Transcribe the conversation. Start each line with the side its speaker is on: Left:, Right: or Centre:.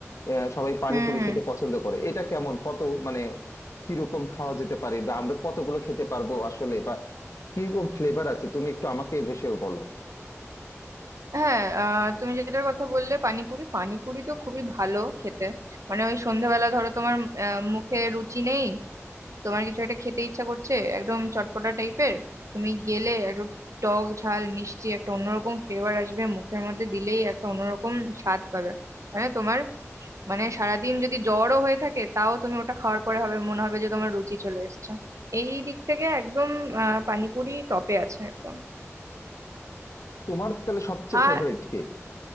Left: আহ, সবাই পানিপুরি
Right: হুম হুম
Left: খেতে পছন্দ করে এটা কেমন কত মানে কিরকম খাওয়া যেতে পারে বা আমরা কতগুলো খেতে পারবো আসলে বা কিরকম ফ্লেভার আছে তুমি একটু আমাকে এ বিষয়ে বলো
Right: হ্যাঁ আহ, তুমি যেটার কথা বললে পানিপুরি পানিপুরি তো খুবই ভালো খেতে মানে ওই সন্ধ্যাবেলা ধরো তোমার আহ, মুখে রুচি নেই তোমার কিছু একটা খেতে ইচ্ছা করছে একদম চটপটা টাইপের তুমি গেলে একটু টক ঝাল মিষ্টি একটা অন্যরকম ফ্লেভার আসবে মুখের মধ্যে দিলেই একটা অন্যরকম স্বাদ পাবে মানে তোমার মানে সারাদিন যদি জ্বরও হয়ে থাকে তাও তুমি ওটা খাওয়ার পরে হবে মনে হবে যে তোমার রুচি চলে এসেছে এই দিক থেকে একদম আহ পানিপুরি টপে আছে একদম
Left: তোমার তাহলে সবচেয়ে
Right: আর
Left: ফেভারিট কে